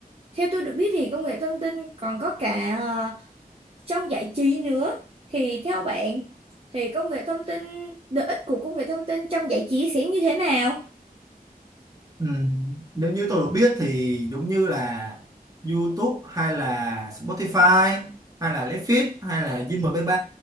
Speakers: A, on the right; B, on the right.
A: theo tôi được biết thì công nghệ thông tin còn có cả à, trong giải trí nữa thì theo bạn thì công nghệ thông tin lợi ích của công nghệ thông tin trong giải trí sẽ như thế nào
B: Ừ, nếu như tôi được biết thì giống như là YouTube hay là Spotify hay là Netflix hay là Zing mp